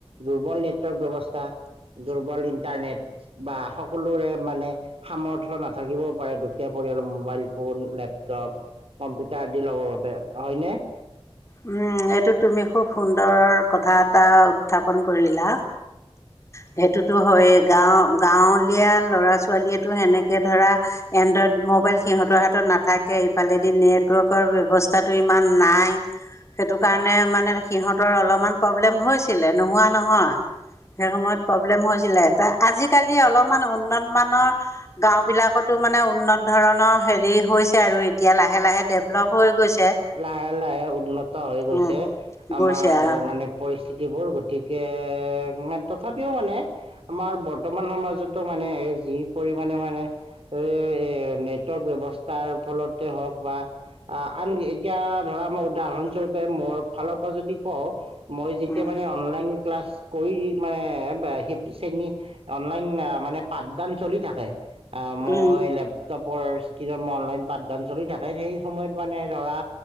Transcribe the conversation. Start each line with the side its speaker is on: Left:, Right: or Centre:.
Right: দুৰ্বল নেটৱৰ্ক ব্যৱস্থা দুৰ্বল ইণ্টাৰনেট বা সকলোৰে মানে সামৰ্থয় নাথাকিবও পাৰে দুখীয়া পৰিয়ালৰ মোবাইল ফোন লেপটপ কম্পিউটাৰ আদি ল'বৰ বাবে হয়নে
Left: উম এ এইটো তুমি খুব সুন্দৰ কথা এটা উত্থাপন কৰিলা সেইটোতো হয়ে গাও গাঁৱলীয়া লৰা ছোৱালীয়েতো সেনেকে ধৰা এনড্ৰইড ম'বাইল সিহঁতৰ হাতত নাথাকে ইফালেদি নেটৱৰ্কৰ ব্যৱস্থাটো ইমান নাই সেইটো কাৰণে মানে সিহতৰ অলপমান প্ৰব্লেম হৈছিলে নোহোৱা নহয় সেই সময়ত প্ৰব্লেম হৈছিলে আজিকালি অলপমান উন্নত মানৰ গাওঁ বিলাকতো মানে উন্নত ধৰণৰ হেৰি হৈছে আৰু এতিয়া লাহে লাহে ডেভলপ হৈ গৈছে
Right: লাহে লাহে উন্নত হৈ গৈছে
Left: উম
Right: আমাৰ
Left: গৈছে আৰু
Right: মানে পৰি স্থিতিবোৰ গতিকে তথাপিও মানে আমাৰ বৰ্তমান সমাজতো মানে যি পৰিমাণে মানে এ এ নেটৱৰ্ক ব্যৱস্থাৰ ফলতে হওক বা আন এতিয়া ধৰা মই উদাহৰণস্বৰূপে মোৰ ফালৰ পৰা যদি কওঁ মই যেতিয়া
Left: উম
Right: মানে অনলাইন ক্লাছ কৰি মানে সেই শ্ৰেণী অনলাইন মানে পাঠদান চলি থাকে আ মই
Left: উম
Right: লেপটপ স্কেনত অনলাইন পাঠদান চলি থাকে সেই সময়ত মানে ধৰা